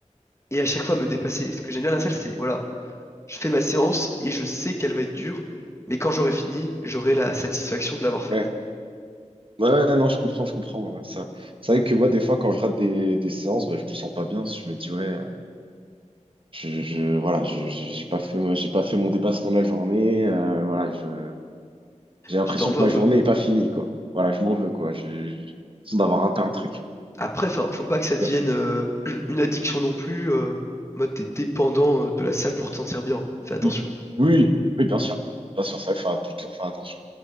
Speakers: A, on the left (about 20°); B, on the right (about 45°).
A: et à chaque fois me dépasser. Ce que j'aime bien à la salle, c'est voilà, je fais ma séance et je sais qu'elle va être dure, mais quand j'aurai fini, j'aurai la satisfaction de l'avoir faite.
B: ouais. Ouais, ouais, non, je comprends, je comprends. ouais, ça. C'est vrai que moi, des fois, quand je rate des, des séances, bah, je me sens pas bien. Je me dis, ouais, euh, je, je, voilà, je, je- j'ai pas fait, moi, j'ai pas fait mon dépassement de la journée. euh, voilà, je, j'ai l'impression
A: Tu t'en veux
B: que ma
A: un peu.
B: journée est pas finie, quoi. Voilà, je m'en veux, quoi. Je, je- j'ai l'impression d'avoir raté un truc.
A: Après, enfin, faut pas que ça devienne
B: Ouais,
A: euh, <clears throat> une addiction non plus. euh, en mode, t'es dépendant euh, de la salle pour te sentir bien. Fais attention.
B: Oui, oui, oui, bien sûr. Bien sûr, ça, il faut toujours faire attention.